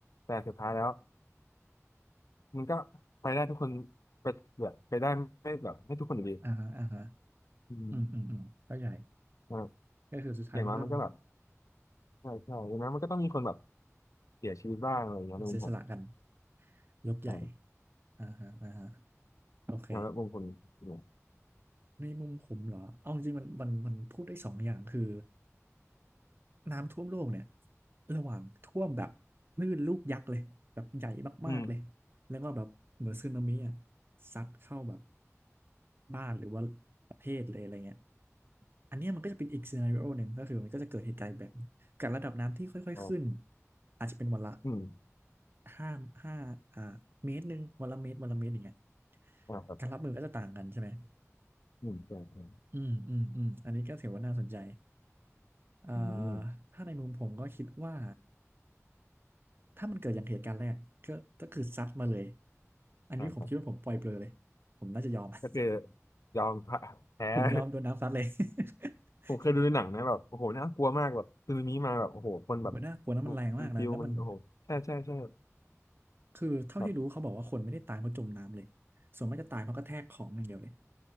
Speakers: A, on the left; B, on the right.
A: แต่สุดท้ายแล้วมันก็ไปได้ทุกคนไปแบบไปได้ไม่แบบไม่ทุกคนอยู่ดี
B: อ่าฮะอ่าฮะ
A: อืม
B: อืมอืมอืมเข้าใจ
A: อ่ะ
B: ก็คือสุดท้ายมันก็ต้อง
A: อย่างน้อยมันก็แบบใช่ใช่อย่างน้อยมันก็ต้องมีคนแบบเสียชีวิตบ้างอะไรอย่างเงี้ยในมุมผม
B: เสียสละกันยกใหญ่
A: อ่า
B: อ่าฮะอ่าฮะโอเค
A: แล้วมุมคนเนี่ย
B: ในมุมผมเหรอเอาจริงๆมันมันมันพูดได้สองอย่างคือ น้ำท่วมโลกเนี่ยระหว่างท่วมแบบคลื่นลูกยักษ์เลยแบบใหญ่มากๆเลย
A: อืม
B: แล้วก็แบบเหมือนสึนามิอ่ะซัดเข้าแบบบ้านหรือว่าประเทศเลยอะไรเงี้ยอันเนี้ยมันก็จะเป็นอีกซีนาริโอหนึ่งก็คือมันก็จะเกิดเหตุการณ์แบบนี้กับระดับน้ำที่ค่อยๆขึ้น
A: อ่า
B: อาจจะเป็นวันละ
A: อืม
B: ห้าห้าอ่าเมตรหนึ่งวันละเมตรวันละเมตรอย่างเงี้ย
A: อ่าครับ
B: การรับมือก็จะต่างกันใช่ไหม
A: อืมใช่ใช่
B: อืมอืมอืมอันนี้ก็ถือว่าน่าสนใจเอ่อ
A: อืม
B: ถ้าในมุมผมก็คิดว่า ถ้ามันเกิดอย่างเหตุการณ์แรกก็ก็คือซัดมาเลยอันนี้ผมคิดว่าผมปล่อยเปลอยเลย
A: อ่าครับ
B: ผมน่าจะยอม <laughs>
A: ก็คือยอมแพ้
B: ผมยอมโดนน้ำซัดเลย
A: <laughs>
B: <laughs>
A: ผมเคยดูในหนังนะแบบโอ้โหน่ากลัวมากแบบซึนามิมาแบบโอ้โหคนแบบ
B: ผมว่าน่ากลัวนะมันแรงมากนะแล้วมัน
A: มันฟิวมันโอ้โหใช่ใช่ใช่
B: คือเท่าที่รู้เขาบอกว่าคนไม่ได้ตายเพราะจมน้ำเลย
A: แบบ
B: ส่วนมากจะตายเพราะกระแทกของอย่างเดียวเลย